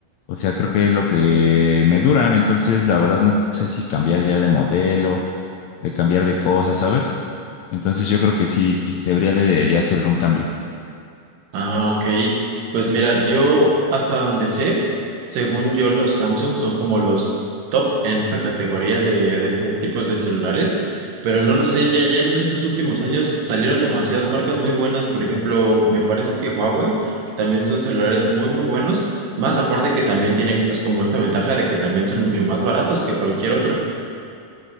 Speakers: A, on the left; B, on the right.
A: O sea, creo que es lo que me duran, entonces la verdad no sé si cambiar ya de modelo, de cambiar de cosas, ¿sabes? Entonces yo creo que sí, debería de ya hacer un cambio.
B: Ah, ok. Pues mira, yo hasta donde sé, según yo, los Samsung son como los top en esta categoría de, de estos tipos de celulares, pero no lo sé, ya, ya en estos últimos años salieron demasiadas marcas muy buenas, por ejemplo, me parece que Huawei también son celulares muy, muy buenos, más aparte que también tienen pues como esta ventaja de que también son mucho más baratos que cualquier otro.